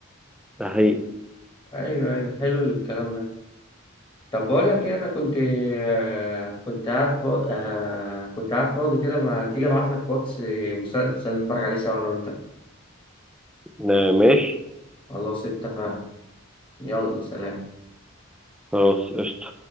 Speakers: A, in the centre; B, on the left.
A: ده حقيقي
B: ايوه ايوه حلو الكلام ده طب بقول لك ايه انا كنت آه كنت قاعد فاضي آه كنت قاعد فاضي كده ما تيجي ابعت لك واتس مسلسل نتفرج عليه سوا انا وانت
A: ما- ماشي
B: خلاص اتفقنا يلا سلام
A: خلاص قشطة